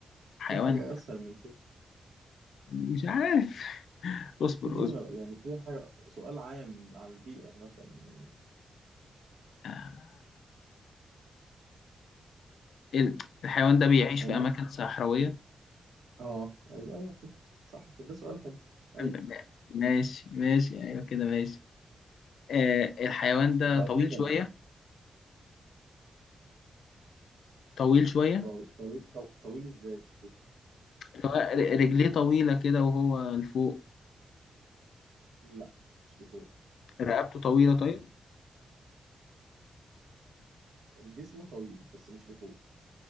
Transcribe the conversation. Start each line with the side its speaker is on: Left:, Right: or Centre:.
Left: حيوان
Right: في حاجة أسهل من كده
Left: مش عارف <laughs> اصبر
Right: في جنرال
Left: اصبر
Right: يعني في حاجة سؤال عام على البيئة مثلا يعني
Left: آه، ال- الحيوان ده بيعيش
Right: يعني
Left: في أماكن
Right: هو-
Left: صحراوية
Right: اه ايوه ايوه كده صح كده ده سؤال حلو ايوه
Left: م- م- ماشي ماشي أيوه كده ماشي آه الحيوان ده
Right: غالبا
Left: طويل شوية
Right: يعني
Left: طويل شوية
Right: طويل طويل طويل ازاي
Left: اللي هو ر- رجليه طويلة كده وهو لفوق
Right: لا مش لفوق
Left: رقبته طويلة طيب
Right: جسمه طويل بس مش لفوق